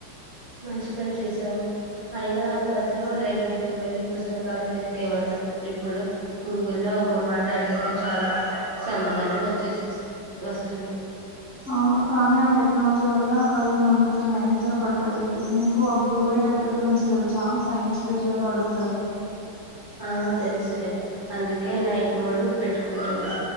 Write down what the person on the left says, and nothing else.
అవును కానీ ఆ టెక్నాలజీ వల్ల కళ్ళు మండుతున్నాయ్ నిద్ర పట్టట్లేదు నీకు ఆ బ్లూ లై ట్ ఎఫెక్ట్ గురించి దెలుసా సైన్స్ బిట్లలో అడుగుతారు